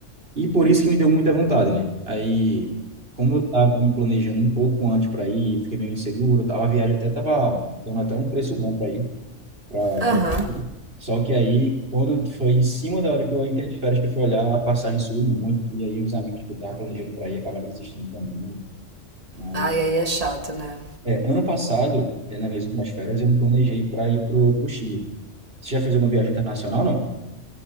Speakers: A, on the right (about 50°); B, on the right (about 30°).
A: E por isso que me deu muita vontade, né? Aí, como eu tava me planejando um pouco antes para ir, fiquei meio inseguro, tava, a viagem até tava dando até um preço bom para ir. pra-
B: Aham.
A: pra- Só que aí, quando foi em cima da hora que eu entrei de férias, que eu fui olhar, a passagem subiu muito. E aí, os amigos que eu tava planejando para ir acabaram desistindo também. Mas
B: Ai, aí é chato, né?
A: É, ano passado, é, nas minhas últimas férias, eu me planejei para ir para o Chile. Você já fez alguma viagem internacional, não?